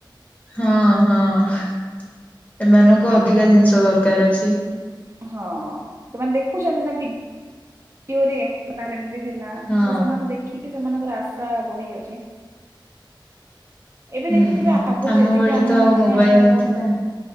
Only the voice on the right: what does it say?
ଆମେ
ହଁ ସେମାନେ ଦେଖୁଛନ୍ତି ନା ବି ଓ ସେ ସେମିତି ଥିଲା
ତ ସେମାନଙ୍କୁ ଦେଖ ଦେଖିକି ସେମାନଙ୍କର ଆଶା ବଢି ଯାଉଛି। ଏବେ
ଦେଖିଥିବେ ଆଗରୁ
ଯେତିକି
ଆମେ
ମାନେ
ଆମର